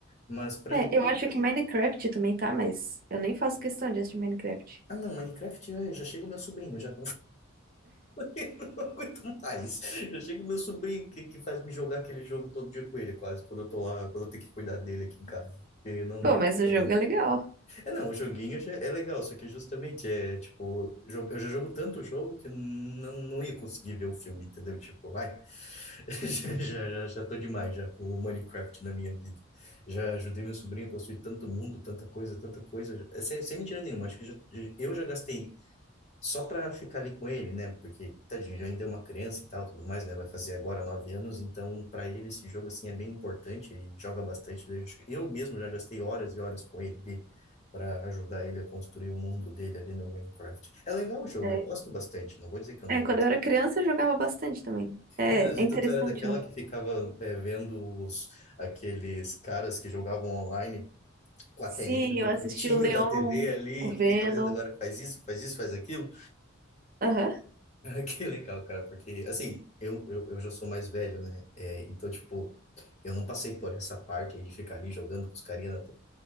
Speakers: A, on the left; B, on the right.
A: Mas para
B: É,
A: mim
B: eu
A: pode
B: acho que
A: ser.
B: Minecraft também tá, mas eu nem faço questão de assistir Minecraft.
A: Ah, não, Minecraft já, já chega o meu sobrinho, já Eu não aguento mais. Eu chego meu sobrinho que, que faz me jogar aquele jogo todo dia com ele, quase, quando eu tô lá, quando eu tenho que cuidar dele aqui em casa. Porque não,
B: Pô,
A: não.
B: mas o jogo
A: dá, não.
B: é legal.
A: É não, o joguinho já é legal, só que justamente é tipo, jo- eu já jogo tanto jogo que não, não ia conseguir ver o filme, entendeu? Tipo, ai, <laughs> já, já, já já tô demais já com o Minecraft na minha vida. Já ajudei meu sobrinho a construir tanto mundo, tanta coisa, tanta coisa. É Sem, sem mentira nenhuma, acho que já- eu já gastei só para ficar ali com ele, né? Porque, tadinho, já ainda é uma criança e tal, tudo mais, né? Vai fazer agora nove anos, então para ele esse jogo, assim, é bem importante, ele joga bastante. Eu acho que eu mesmo já gastei horas e horas com ele para ajudar ele a construir o mundo dele ali no Minecraft. É legal o jogo,
B: É,
A: eu gosto bastante, não vou dizer que eu
B: É,
A: não
B: quando
A: gosto.
B: eu era criança eu jogava bastante também. É,
A: Meu Deus, então
B: é interessante,
A: tu era daquela
B: né?
A: que ficava é, vendo os, aqueles caras que jogavam online com a
B: Sim,
A: telinha do
B: eu assisti
A: cantinho
B: o Leon,
A: da TV ali,
B: o Venom.
A: que ficava dizendo agora faz isso, faz isso, faz aquilo?
B: Aham.
A: <laughs> Ah, Que legal, cara, porque, assim, eu, eu, eu já sou mais velho, né? É, então, tipo, eu não passei por essa parte aí de ficar ali jogando com os carinha na